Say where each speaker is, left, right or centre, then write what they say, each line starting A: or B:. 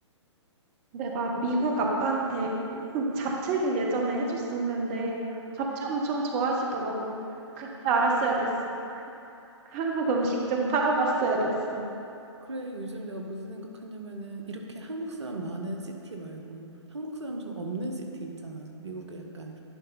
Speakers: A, on the right; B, on the right.
A: 내가 미국 아빠한테 잡채를 예전에 해줬었는데, 잡채 엄청 좋아하시더라고. 그때 알았어야 됐어. <laughs> 한국 음식 좀 팔아봤어야 됐어.
B: 그래, 요즘 내가 무슨 생각하냐면은, 이렇게 한국 사람 많은 시티 말고, 한국 사람 좀 없는 시티 있잖아. 미국에 약간